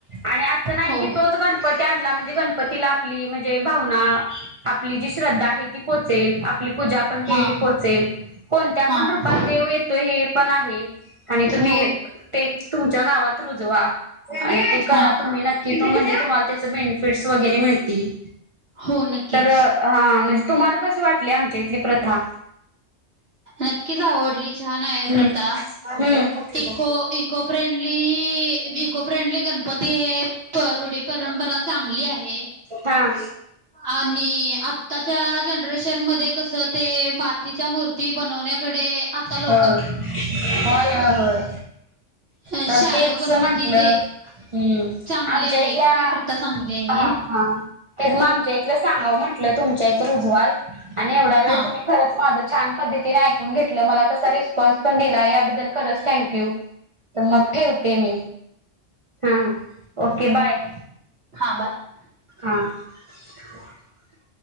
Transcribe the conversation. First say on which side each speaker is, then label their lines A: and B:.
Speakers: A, on the right; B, on the right.
A: आणि असं नाही
B: हो,
A: की तो च गणपती आणला म्हणजे गणपतीला आपली म्हणजे भावना आपली जी श्रद्धा आहे ती पोहचेल आपली पूजा आपण केलेली
B: हां,
A: पोहचेल कोणत्या
B: हां,
A: पण रूपात देव येतो हे पण आहे. आणि तुम्ही
B: हो,
A: ते तुमच्या गावात रुजवा. आणि ते करा
B: हां.
A: तुम्ही नक्की तो म्हणजे तुम्हाला त्याच बेनिफिट्स वगैरे मिळतील
B: हो, नक्कीच.
A: तरी हा म्हणजे तुम्हाला कशी वाटली आमच्या इथली प्रथा?
B: नक्कीच आवडली छान हाय
A: हम्म
B: प्रथा.
A: हम्म
B: eco eco friendly eco friendly Ganpati हे तर रूढी परंपरा चांगली आहे.
A: हा
B: आणि आताच्या जनरेशन मध्ये कस ते मातीच तिच्या मूर्ती बनवण्याकडे आता लो
A: हो होय होय होय
B: अ
A: तर
B: शॅडो
A: तेच
B: गणपती
A: म्हटलं.
B: ते
A: हम्म
B: चांगली
A: आमच्या
B: आहे
A: इथल्या
B: ती प्रथा चांगली आहे
A: हा हा. तेच मग आमच्या इथलं सांगावं म्हटलं तुमच्या इथ रुजवाल आणि एवढा वेळ
B: हा
A: तुम्ही खरच माझं छान पद्धतीने ऐकून घेतलं मला तसा रिस्पॉन्स पण दिला याबद्दल खरच थँक यू तर मग ठेवते मी. हा- हा ओके बाय.
B: <unintelligible>
A: <inaudible>